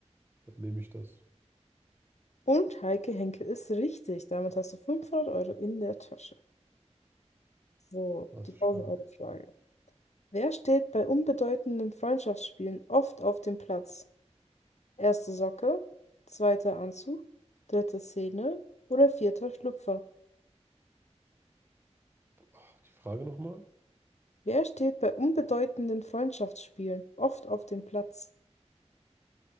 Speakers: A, on the right; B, on the left.
A: Dann nehme ich das.
B: Und Heike Henkel ist richtig. Damit hast du 500 Euro in der Tasche. So,
A: Das
B: die
A: ist
B: 1000-Euro-Frage.
A: stark.
B: Wer steht bei unbedeutenden Freundschaftsspielen oft auf dem Platz? Erste Socke, zweiter Anzug, dritte Szene oder vierter Schlüpfer?
A: Ah, die Frage nochmal?
B: Wer steht bei unbedeutenden Freundschaftsspielen oft auf dem Platz?